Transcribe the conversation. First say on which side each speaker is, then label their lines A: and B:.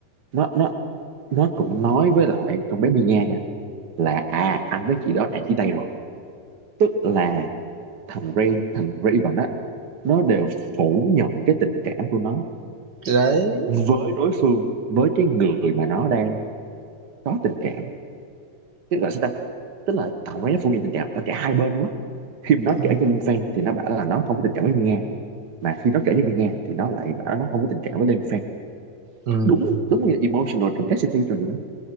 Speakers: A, on the right; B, on the right.
A: nó nó nó cũng nói với lại con bé Mia nha là à anh với chị đó đã chia tay rồi tức là thằng Rain thằng Raven á nó đều phủ nhận cái tình cảm của nó
B: thì đấy,
A: với đối phương với cái người mà nó đang có tình cảm tức là sao ta tức là thằng Rain nó phủ nhận tình cảm ở cả hai bên luôn á khi mà nó
B: ừm,
A: kể cho Linh Fan thì nó bảo là nó không có tình cảm với Mia mà khi nó kể cho Mia thì nó lại bảo nó không có tình cảm với Linh Fan
B: ừm.
A: đúng đúng như emotional complexity rồi người đó